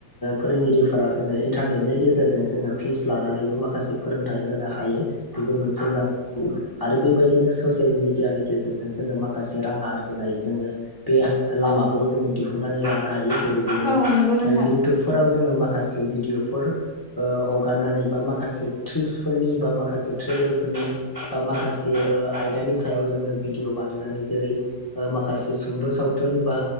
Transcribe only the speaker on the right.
औ नंगौ नोंथां